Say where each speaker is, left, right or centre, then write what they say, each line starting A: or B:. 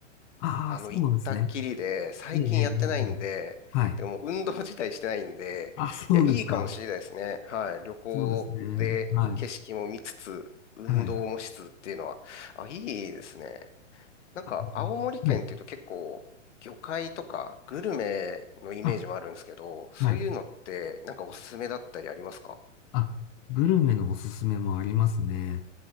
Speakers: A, on the left (about 30°); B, on the left (about 65°).
A: ああ、
B: あの、
A: そうなんですね。
B: 行ったっきりで、最近やってないんで、
A: ええ、ええ、ええはい。
B: でも運動自体してないんで、
A: あ、そうですか。
B: いや、いいかもしれないですね。はい。旅行で景色も見つつ、
A: そうですね。はい。
B: 運動もしつつっていうのは、
A: はい。
B: あ、いいですね。なんか、
A: あ
B: 青森県っていうと結構、
A: はい。
B: 魚介とかグルメのイメージもあるんですけど、
A: あ、
B: そういうのって、
A: はい。
B: なんかおすすめだったりありますか
A: あ、グルメのおすすめもありますね。